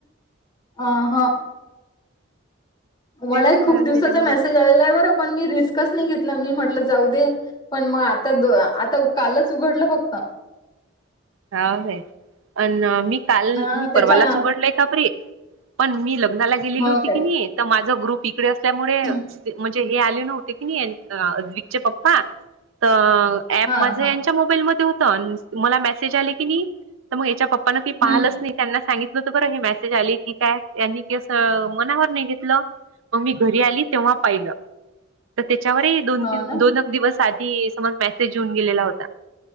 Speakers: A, on the left; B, on the right.
A: अ ह मलाही
B: तेच
A: खूप
B: ना
A: दिवसाचा
B: त्याच्यामुळे
A: मेसेज आलेला आहे बरं. पण मी रिस्कच नाही घेतलं. मी म्हटलं जाऊ दे, पण मग आता द आता कालच उघडलं फक्त.
B: हाव काय? अन मी काल
A: हा
B: मी
A: त्याच्या
B: परवालाच उघडलय कापरे पण मी लग्नाला गेलेली
A: हो
B: होती
A: काय
B: की नाही, तर माझ ग्रुप इकडे असल्यामुळे
A: हम्म.
B: चे हे आले नव्हते की नै, अ आद्विक चे पप्पा तर एप
A: हा
B: माझे
A: हा
B: च्या मोबाईल मधे होत अन् मला मेसेज आल की नाही, तर मग याच्या पप्पा काही पाहिलंच
A: हम्म
B: नाही. त्यांना सांगित तल बर हे मेसेज आली की काय? यांनी ते अस मनावर नाही घेतलं. मग मी घरी आली तेव्हा पाहिलं तर त्याच्यावरही दोन
A: हो
B: तीन
A: ना
B: - दोनच दिवस आधी समज मेसेज येऊन गेलेला होता.